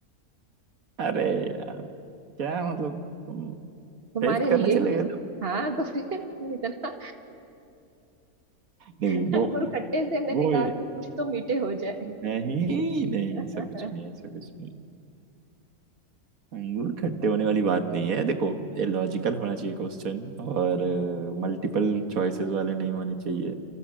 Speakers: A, on the right (about 65°); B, on the right (about 40°).
A: अरे यार क्या मतलब तुम
B: तुम्हारे
A: टेस्ट करने
B: लिए
A: चले
B: <laughs>
A: गए थे
B: हाँ तो फिर तुम इतना
A: नहीं
B: <laughs>
A: वो
B: गुड़ खट्टे से मैंने
A: वो
B: कहा कि कुछ तो मीठे हो जाए
A: नहीं नहीं
B: <laughs>
A: ऐसा कुछ नहीं ऐसा कुछ नहीं अंगूर खट्टे होने वाली बात नहीं है देखो ये लॉजिकल होना चाहिए क्वेश्चन और मल्टीपल चॉइसेस वाले नहीं होने चाहिए